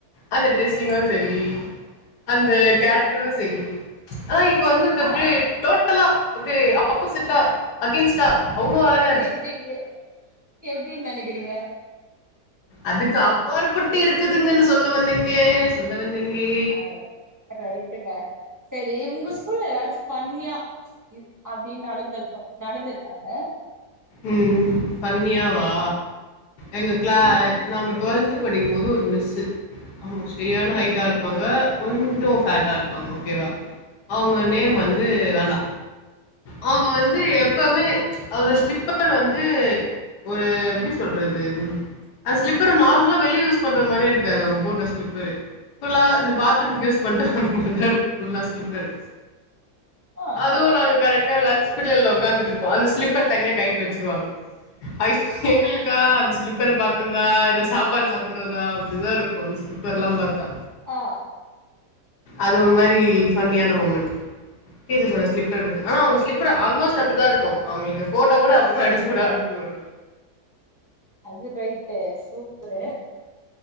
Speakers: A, on the left; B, on the right.
A: அந்த ட்ரெஸ்ஸிங்கு சேரி அந்த கேரக்டரு
B: ஆ
A: சேரி ஆனா இப்ப வந்து அது அப்படியே
B: ஆ
A: டோட்டலா அப்படியே அப்பப்போ ஆபோசிட்டா அகேன்ஸ்டா அவ்வளோ அளகா இருக்கு
B: அப்பிடியே எப்படின்னு நெனைக்கிறீங்க
A: அதுக்கு அப்பாற்பட்டு இருக்குதுங்கனு சொல்ல வல்லீங்கே சொல்ல வல்லீங்ளே
B: அட ரைட்டுங்க சேரி உங்க ஸ்கூல்ல எதாச்சி ஃபன்யா இப் அப்டின் நளந்தருக்கூ நடந்துருக்காங்க
A: ம் ஃபன்னியாவா எங்க க்ள
B: ம்
A: நாங்க டுவல்த்து படிக்கும்போது ஒரு மிஸ்ஸூ அவங்க செரியான
B: ம்
A: ஹைட்டா இருப்பாங்க கொஞ்சோ ஃபேட்டா இருப்பாங்க ஓக்கேவா அவங்க நேம் வந்து வேண்டா அவங்க வந்து
B: ம்
A: எப்பமே அவோட ஸ்லிப்ப ர் வந்து ஒரு எப்டி சொல்றது ம் அந்த ஸ்லிப்பரு நார்மலா வெளிய யூஸ் பண்ற மாரியே இருக்காது அவங்க போட்ற ஸ்லிப்பரு ஃபுல்லா இந்த பாத்ரூம்கு
B: ம்
A: யூஸ் பண்ட மாருக்கூ புல்லா ஸ் லிப்பரு
B: ஆ
A: அதுவு
B: ஆ ஆ
A: நாங்க கரெக் எல்லா லஞ்ச்பிடியல்ல உக்காந்துட்ருப்போண அந்த ஸ்லிப்பர் தனியா கயிட்டு வச்சுருவாங் ஐ எங்களுக்கா அந்த ஸ்லிப்பர பாக்குறதா இல்ல சாப்பாடு சாப்புட்றதா அப்டிதா இருக்கூ அந்த ஸ்லிப்பர்லா பாத்தா
B: ஆ
A: அது ஒரு மாரி ஃபன்னியான மொமண்ட் டீசஸோட ஸ்லிப்பர பாத்து ஆனா அவங்க ஸ்லிப்பர் ஆல்மோஸ்ட் அப்டிதா இருக்கூ அவங்களுக்கு போட்டோ கூட உவ எடுத்து கூட அனுப்பி வுர்ற
B: அது ரைட்டு சூப்பரு